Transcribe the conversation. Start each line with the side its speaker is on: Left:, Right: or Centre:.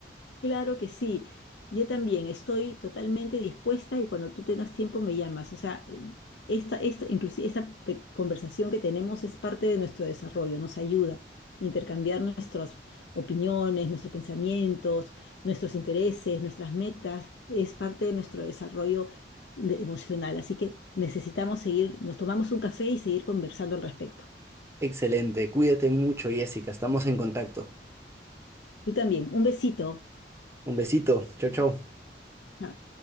Left: Claro que sí. Yo también estoy totalmente dispuesta y cuando tú tengas tiempo me llamas. O sea, esta, esta, inclusive esta pe- conversación que tenemos es parte de nuestro desarrollo, nos ayuda a intercambiar nuestras opiniones, nuestros pensamientos, nuestros intereses, nuestras metas. Es parte de nuestro desarrollo de- emocional. Así que necesitamos seguir, nos tomamos un café y seguir conversando al respecto.
Right: Excelente, cuídate mucho, Jessica, estamos en contacto.
Left: Tú también. Un besito.
Right: Un besito, chao, chao.
Left: Chao.